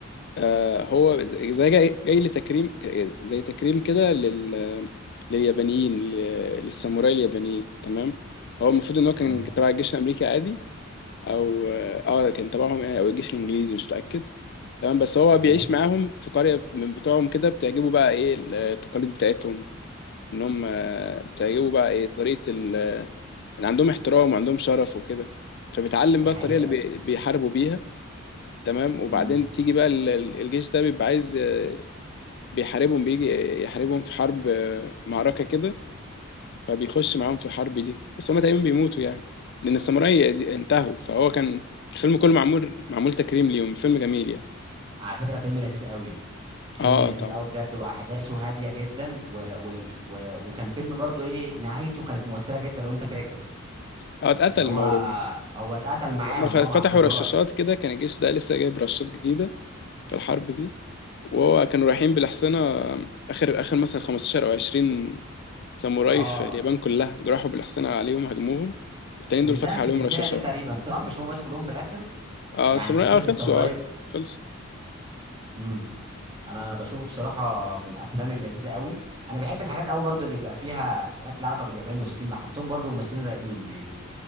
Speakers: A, on the left (about 50°); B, on the right (about 25°).
A: آه هو زي زي جاي, جاي لتكريم زي تكريم كده لل... لليابانيين لل- للساموراي اليابانيين تمام هو المفروض ان هو كان
B: تمام
A: تبع الجيش الامريكي عادي او اه آه، كان تبعهم يعني او الجيش الانجليزي مش متاكد تمام بس هو
B: تمام
A: بيعيش معاهم في قريه من بتوعهم كده بتعجبه بقى ايه التقاليد بتاعتهم ان هم آه، بتعجبه بقى ايه طريقه يعني عندهم احترام وعندهم شرف وكده فبتعلم
B: دي
A: بقى
B: حقيقه
A: الطريقه اللي بي- بيحاربوا بيها تمام وبعدين
B: امم
A: تيجي بقى ال- ال- الجيش ده بيبقى عايز آه، بيحاربهم بيجي يحاربهم في حرب آه، معركه كده فبيخش معاهم في الحرب دي بس هما تقريبا بيموتوا يعني لان الساموراي دي- انتهوا فهو كان الفيلم كله معمول معمول تكريم ليهم فيلم جميل يعني
B: على فكره فيلم لذيذ قوي فيلم
A: اه
B: لذيذ
A: طبعا
B: قوي بجد واحداثه هاديه جدا و... و... و... وكان فيلم برضو ايه نهايته كانت مؤثره جدا لو انت فاكر
A: اه اتقتل
B: اللي هو
A: ما هو
B: هو اتقتل معاهم
A: هما
B: اه
A: فتحوا
B: مع الساموراي
A: رشاشات كده كان الجيش ده لسه جايب رشاشات جديده في الحرب دي وهو كانوا رايحين بالحصينة آخر آخر مثلا 15 أو 20 ساموراي
B: اه
A: في اليابان كلها جرحوا بالحصينة عليهم هاجموهم التانيين
B: وانتهت
A: دول فتحوا عليهم
B: السلسله
A: رشاشات
B: دي تقريبا صح مش هم ماتوا كلهم في الاخر
A: اه
B: يعني
A: الساموراي
B: سلسله
A: اه خلصوا
B: الساموراي
A: اه خلصوا
B: امم انا بشوفه بصراحه من افلام اللذيذه قوي انا بحب الحاجات قوي برضو اللي بيبقى فيها حاجات لها علاقه باليابان والصين بحسهم برضو ممثلين رايقين يعني